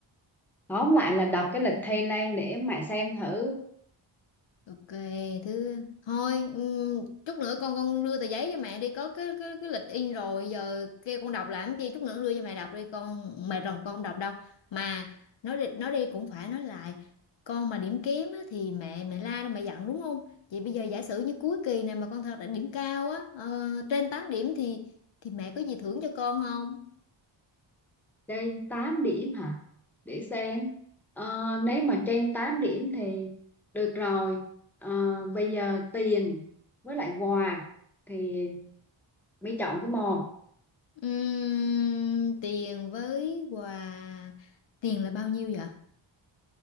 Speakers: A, in the centre; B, on the left (about 65°).
A: tóm lại là đọc cái lịch thi lên để mẹ xem thử
B: Ok, thứ thôi ừm, chút nữa con con đưa tờ giấy cho mẹ đi có cái cái cái lịch in rồi giờ kêu con đọc làm gì chút nữa đưa cho mẹ đọc đi con mệt rồi con không đọc đâu mà nói đi nói đi cũng phải nói lại con mà điểm kém á, thì mẹ mẹ la đâu mẹ giận đúng không vậy bây giờ giả sử như cuối kỳ này mà con thật là điểm cao á ờ, trên 8 điểm thì thì mẹ có gì thưởng cho con không
A: trên tám điểm hả để xem Ờ, nếu mà trên 8 điểm thì được rồi Ờ, bây giờ tiền với lại quà thì mi chọn cái mò
B: Ừm, tiền với quà tiền là bao nhiêu vậy